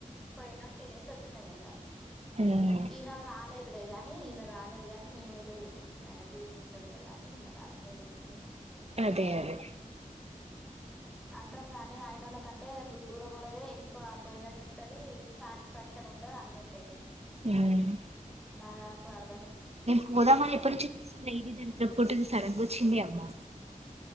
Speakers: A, in the centre; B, on the right.
A: పొయ్యినం తినేసి వచ్చినాం ఇంగా
B: అదే
A: ఇయన రాలేద్ లే గాని ఇయన రాలేదు గాని మేమైతే బొయ్యినం ఇంగ అయన డ్యూటీ ఉంటడు గదా అని ఐన రాలే మేము ఎల్లినం ఇంగ
B: అదే అదే
A: అంతం గాని ఆయన వాళ్ళ కంటే దూరం వాళ్ళదే ఎక్కువ పోయినట్టుంటది సాటిస్ఫాక్షన్ ఉంటది అన్ని ఉంటాయి
B: ఉమ్
A: నాగా అప్పుడు అర్
B: నేం పోదామ అని ఎప్పటి నుంచి ఫిక్స్ అయినా ఇది దరిద్ర పు గొట్టిది సడన్ గా వచ్చింది అమ్మో